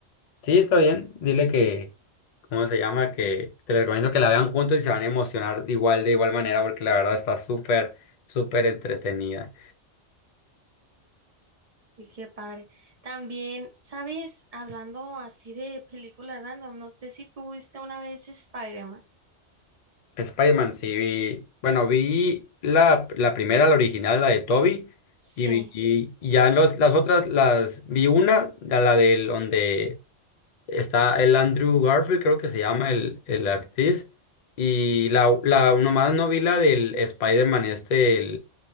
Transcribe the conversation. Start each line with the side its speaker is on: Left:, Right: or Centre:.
Left: Sí, está bien. Dile que, ¿cómo se llama? Que te les recomiendo que la vean juntos y se van a emocionar igual, de igual manera, porque la verdad está súper, súper entretenida.
Right: Y qué padre. También, ¿sabes? Hablando así de películas random, no sé si tú viste una vez Spider-Man.
Left: Spider-Man, sí vi, bueno, vi la, la primera, la original, la de Toby,
Right: Sí.
Left: y vi y ya los, las otras, las vi una, la, la del donde está el Andrew Garfield, creo que se llama el, el actriz, y la, la nomás no vi la del Spider-Man este,